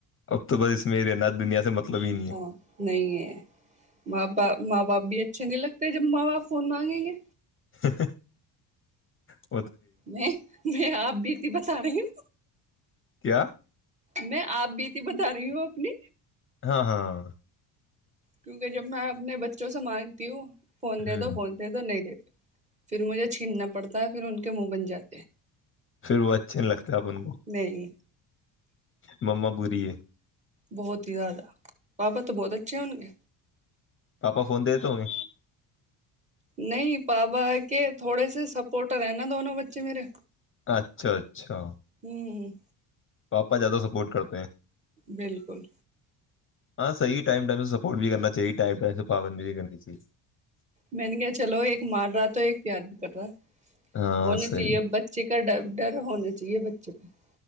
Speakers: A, on the left; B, on the right.
A: اب تو بس اس میں نت دنیا سے مطلب ہی نہیں
B: ہاں
A: ہے
B: نہیں ہےاں با ماں باپ بھی اچھا اچھے نہیں لگتے جب ماں باپ فون مانگیں گے
A: ہہ ہہ
B: میں ب ا بھی اتنی پچا رہی ہ
A: کیا
B: میں آپ بھیتی بتا رہی ہوں اپنی
A: ہاں ہاں ہاں
B: کیونکہ جب میں اپنے بچے جو سمانتی ہو فون
A: ہے
B: دے
A: ہ
B: دو فون دے دو نہیں دے دو پھر مجھے چھیننا پڑتا پھر ان کے منہ بن جاتے ہیں
A: پھر وہ اچھے نہیں لگتا اب ان کو
B: نہیں
A: ما ب بھی ہے
B: بہت ہی زیادہ پپا تو بہت اچھے ہون گے
A: پاپا فون دے تو ہو گے
B: نہیں پاپا کے تھوڑے سے سپورٹر ہیں نا دونوں بچے میرے
A: اچھا اچھا
B: ہوں
A: پاپا جدہ سپورٹ کرتے ہیں
B: بالکل
A: ہاں صحیح ٹائم ٹائم سے سپورٹ بھی کرنا چاہیے ٹم ٹم سے پابندی بھی کرنی چاہیے
B: میں نے کہ چلو ایک مار رہا تو ایک پیار بھی کرٹ رہا
A: ہاں
B: ہونا
A: صحیح
B: چاہیے بچے کا ڈ ڈر ہونا چاہیے بچے کو ہ <inaudible>